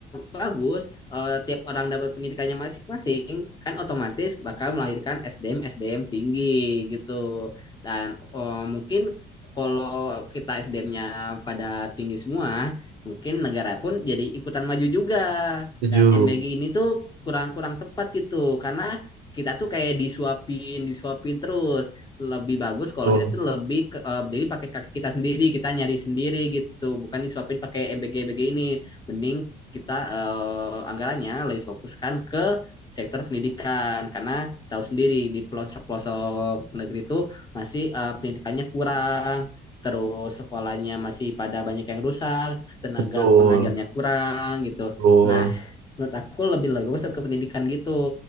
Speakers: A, on the left; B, on the right.
A: bagus, eh, tiap orang dapat pendidikannya masing-masing, kan otomatis bakal melahirkan SDM SDM tinggi gitu. Dan eh, mungkin kalau kita SDM-nya pada tinggi semua, mungkin negara pun jadi ikutan maju juga.
B: Setuju.
A: Dan MBG ini tuh kurang-kurang tepat gitu, karena kita tuh kayak disuapin, disuapin terus lebih bagus kalau
B: Betul.
A: kita tuh lebih ke, eh, berdiri pakai kaki kita sendiri, kita nyari sendiri gitu, bukan disuapin pakai MBG-MBG ini. Mending kita eh, anggarannya lebih fokuskan ke sektor pendidikan karena tahu sendiri di pelosok-pelosok negeri itu masih eh, pendidikannya kurang. Terus sekolahnya masih pada banyak yang rusak, tenaga
B: Betul.
A: pengajarnya kurang gitu.
B: Betul.
A: Nah, menurut aku lebih lebih bagus ke pendidikan gitu.